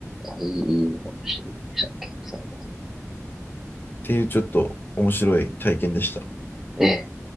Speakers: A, in the centre; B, on the left.
A: いやいい、いいお話でしたね、結構最後。
B: ていうちょっと面白い体験でした。
A: ええ